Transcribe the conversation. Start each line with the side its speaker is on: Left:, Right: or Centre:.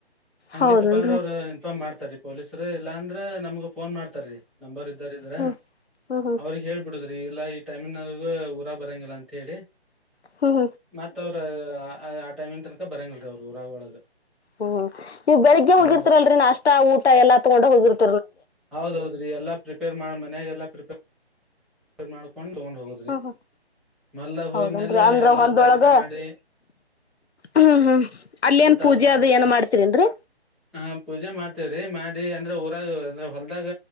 Centre: ಹಂಗಿತಪ್ಪ
Left: ಹೌದನ್ರಿ
Centre: ಅಂದ್ರೆ ಅವ್ರು ಇನ್ಫಾರ್ಮ್ ಮಾಡ್ತಾರಿ. ಪೊಲೀಸೃ ಇಲ್ಲಾ ಅಂದ್ರೆ. ನಮ್ಗ ಫೋನ್ ಮಾಡ್ತಾರೀ ನಂಬರ್ ಇದೋರ್ ಇದ್ರ
Left: ಹ್ಮ್ ಹ್ಮ್
Centre: ಅವ್ರಿಗ್ ಹೇಳ್ಬಿಡೊದ್ರಿ. ಇಲ್ಲ ಈ ಟೈಮಿನಾಗ ಊರ ಬರಂಗಿಲ್ಲ ಅಂತ ಹೇಳಿ
Left: ಹ್ಮ್ ಹ್ಮ್ ಹ್ಮ್
Centre: ಮತ್ತ್ ಅವ್ರ. ಆ ಆ ಟೈಮಿನ್ ತನಕ ಬರಂಗಲ್ರಿ ಅವ್ರು ಊರಾಗ್ ಒಳಗ.
Left: ಹ್ಮ್ ನೀವ್ ಬೆಳಿಗ್ಗೆ
Centre: ಹಂಗ
Left: ಹೋಗಿರ್ತರಲ್ರಿನ ನಷ್ಟ ಊಟ ಎಲ್ಲ ತಗೊಂಡ್ ಹೋಗಿರ್ತ.
Centre: ಹೌದೌದ್ರಿ ಎಲ್ಲಾ ಪ್ರಿಪೇರ್ ಮಾಡ್ ಮನ್ಯಾಗ್ ಎಲ್ಲಾ ಪ್ರಿಪೇರ್ ಪೆಮಾಡ್ ಕೊಂಡ್ ತಗೊಂಡ್ ಹೋಗೂದ್ರಿ
Left: ಹ್ಮ್ ಹ್ಮ್
Centre: ಮಲ್ಲಾಗ್ ಹೋಗಿದ್ಮ್ಯಲೆ
Left: ಹೌದನ್ರಿ ಅಂದ್ರ
Centre: ಎಲ್ಲಾ
Left: ಹೊಲ್ದೊಳಗ
Centre: ಊಟ ಗಿಟ ಮಾಡಿ.
Left: ಹ್ಮ್ ಹ್ಮ್ ಅಲ್ಲ ಏನ್
Centre: ಊಟ
Left: ಪೂಜೆ
Centre: ಮಾಡಿ
Left: ಅದು ಏನ ಮಾಡ್ತರೆನ್ರಿ.
Centre: ಹಾ ಪೂಜೆ ಮಾಡ್ತೇವ್ರಿ ಮಾಡ್ ರಿ ಅಂದ್ರ ಊರಾಗ ಅಂದ್ರೆ ಹೊಲ್ದಾಗ